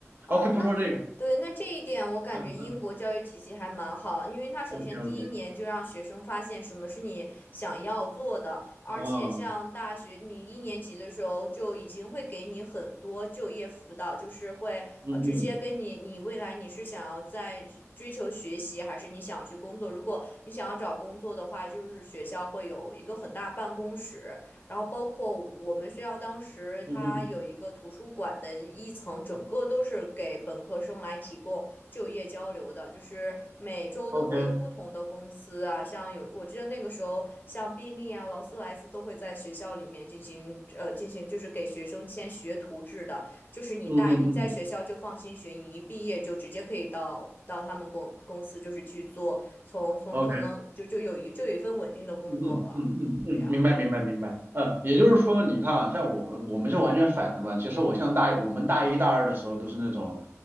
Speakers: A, on the left (about 40°); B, on the right (about 45°).
A: 哦，
B: ？OK，不说这个，
A: 那对，那这一点我感觉英国教育体系还蛮好，
B: 嗯
A: 因为他首先第一年就让学生发现什么是你想要做的，
B: ，OK OK，
A: 而且像大学你一年级的时候就已经会给你很多就业辅导，
B: 啊，嗯
A: 就是会呃直接跟你你未来你是想要在追求学习，
B: 嗯
A: 还是你想要去工作？如果你想要找工作的话，就是学校会有一个很大办公室。然后包括我们学校当时它有一个图书馆的一层，
B: 嗯嗯嗯
A: 整个都是给本科生来提供就业交流的，就是每周都会有不同的公司啊，
B: ，OK，嗯
A: 像有我记得那个时候像宾利啊、劳斯莱斯都会在学校里面进行呃进行，就是给学生签学徒制的，就是你大你在学校就放心学，
B: 嗯嗯
A: 你一毕业就直接可以到到他们公公司就是去做，从从可能就就有一就有一份稳定的工作了，
B: ，OK。嗯嗯嗯嗯，嗯，
A: 这样。
B: 嗯明白明白明白，嗯，也就是说，你看啊，像我们我们是完全反的嘛。其实我像大我们大一大二的时候都是那种